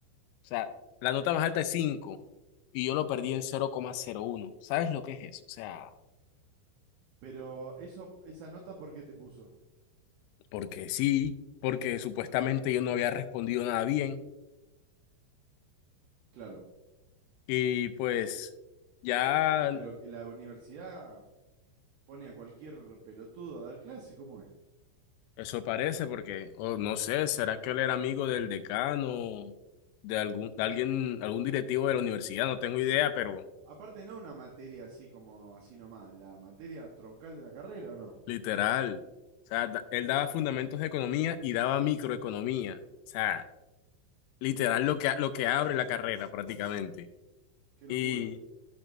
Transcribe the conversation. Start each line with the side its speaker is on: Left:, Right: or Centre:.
Left: sea, la nota más alta es 5 y yo lo perdí en cero cero coma cero uno ¿Sabes lo que es eso? O sea,
Right: Pero eso, esa nota, ¿por qué te puso?
Left: porque sí, porque supuestamente yo no había respondido nada bien
Right: claro.
Left: y pues ya
Right: ¿Qué, pero que la universidad pone a cualquier pelotudo a dar clase, ¿cómo es?
Left: eso parece porque, o no sé, ¿será que él era amigo del decano, de algún, de alguien, algún directivo de la universidad? No tengo idea, pero
Right: Aparte, no una materia así como así nomás, la materia troncal de la carrera, ¿o no?
Left: literal. O sea, da- él daba fundamentos de economía y daba microeconomía. O sea, literal lo que, lo que abre la carrera prácticamente.
Right: Qué locura.
Left: Y